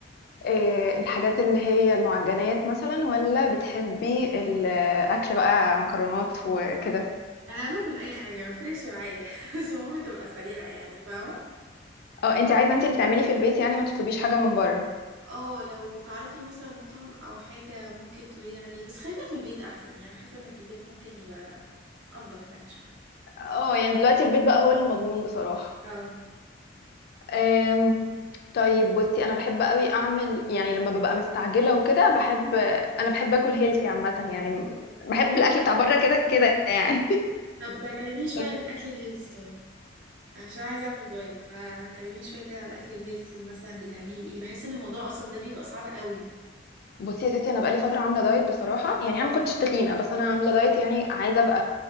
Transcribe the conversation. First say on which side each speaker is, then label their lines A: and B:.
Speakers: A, on the left (about 55°); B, on the right (about 85°).
A: إيه، الحاجات اللي هي المعجنات مثلا ولا بتحبي الاكل بقى مكرونات وكده
B: انا باكل اي حاجه ما فرقش معايا <laughs> بس المهم تبقى سريعه يعني فاهمه
A: اه انتي عايزه انتي اللي تعملي في البيت يعني ما تطلبيش حاجه من بره
B: اه لو تعرفي مثلا مطعم او حاجه ممكن تقولي عليه بس خلينا في البيت احسن يعني حاسه ان في البيت ممكن يبقى انضف يعني شويه
A: اه يعني دلوقتي البيت بقى هو اللي مضمون بصراحه
B: اه
A: أم، طيب بصي انا بحب قوي اعمل يعني لما ببقى مستعجله وكده بحب انا بحب اكل هيلثي عامه يعني بحب
B: بجد
A: الاكل بتاع بره كده كده يعني
B: طب كلميني شويه
A: <laughs>
B: عن الاكل الهيلثي طيب عشان عايزه اعمل دايت فكلميني شويه كده على الاكل الهيلثي مثلا بتعملي ايه بحس ان الموضوع اصلا ده بيبقى صعب قوي
A: بصي يا ستي انا بقالي فتره عامله دايت بصراحه يعني انا ما كنتش تخينه بس انا عامله دايت يعني عايزه ابقى